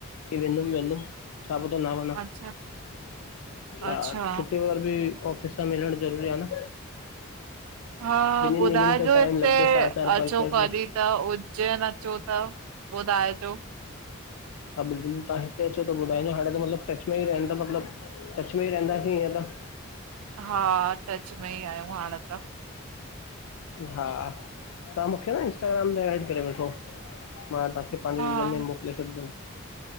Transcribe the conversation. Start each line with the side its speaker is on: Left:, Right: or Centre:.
Left: कि वेंदुमि-वेंदुमि। छा पतों न वञा,
Right: अच्छा, अच्छा
Left: आ छुट्टी वगैरह बि विक-ऑफ त मिलण ज़रूरी आहे न।
Right: हा,
Left: ॿिन्हिनि
Right: ॿुधाइजो
Left: ॾींहंनि ते टाइम
Right: हिते
Left: लॻंदो चारि चारि
Right: अचो
Left: पंज पंज
Right: कॾहिं?
Left: ॾींहं
Right: त उज्जैन अचो त ॿुधाएजो।
Left: हा बिल्कुलु, तव्हां हिते अचो त ॿुधाईजो हाणे त मतिलबु टच में ई रहंदमि मतिलबु टच में ई रहंदासीं इअं त।
Right: हा टच में ई आहियूं हाणे त।
Left: हा, तव्हां मूंखे इंस्टाग्राम ते ऐड करे वठो। मां तव्हांखे पंहिंजो
Right: हा,
Left: रिज़्यूमि मोकिले छॾिंदुमि।